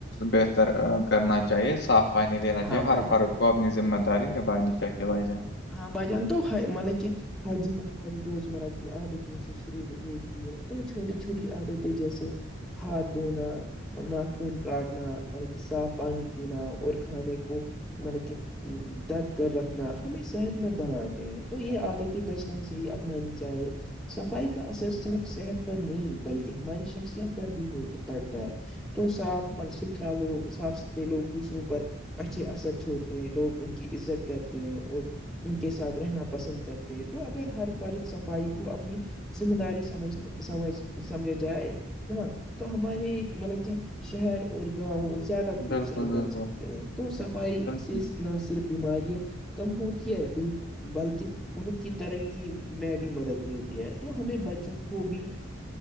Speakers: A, on the left; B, in the centre.
A: بہتر کرنا چاہیے صاف ائ نہیں لینا چاہیے
B: ہاں بھائی
A: ہر
B: جان
A: بارت کو اپنی ذمہ داری نبھانی چاہیے بھائی جان
B: ہاں بجان تو مطلب کہ ہر جین ہماری روزمرہ کی عادتوں سے شروع ہوتی ہے تو چھوٹی چھوٹی عادتیں جیسے ہاتھ دھونا ناخن کاٹنا مطلب کہ صاف پانی پینا اور کھانے کو مطلب کہ دگ کر رکھنا ہمیں صحت مند بناتے ہیں تو یہ آتے تھیں بچپن سے ہی اپنانی چاہے صفائی کا اثر صرف صحت پر نہیں بلکہ ہماری شخصیت پر بھی ہو پڑتا ہے تو صاف ملب ستھرا لوگ صاف ستھرے لوگ دوسروں پر اچھے اثر چھوڑتے ہیں لوگ ان کی عزت کرتے ہیں اور ان کے ساتھ رہنا پسند کرتے ہیں تو اگر ہر فرد صفائی کو اپنی ذمہ داری سمجنے سمج سمجھے جائے ہاں تو ہمارے مطلب کہ شہر اور گاؤ زیادہ خوبصورت
A: بالکل بالکل
B: بن سکتے ہیں تو صفائی
A: بالکل
B: سے نہ صرف بیماریاں کم ہوتی ہے بالکل بلکہ ان کی ترح کیی میں بھی مدد ملتی ہے تو ہمیں بچوں کو بھی